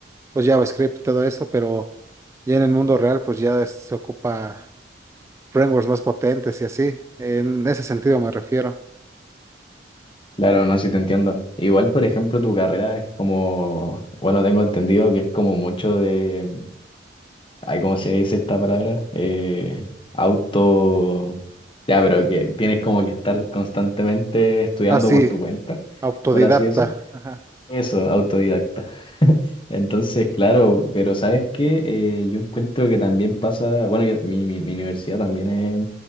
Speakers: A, on the right (about 15°); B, on the left (about 25°).
A: pues JavaScript y todo eso, pero ya en el mundo real pues ya se ocupa frameworks más potentes y así. En ese sentido me refiero.
B: Claro, no, sí te entiendo. Igual, por ejemplo, tu carrera es como, bueno, tengo entendido que es como mucho de, mm, ay, ¿cómo se dice esta palabra? Eh, auto, ya, pero que tienes como que estar constantemente estudiando
A: Ah, sí,
B: por tu cuenta,
A: autodidacta.
B: por así decirlo.
A: Ajá.
B: Eso, autodidacta. Entonces, claro, pero ¿sabes qué? Eh, yo encuentro que también pasa, bueno, yo- mi, mi, mi universidad también es,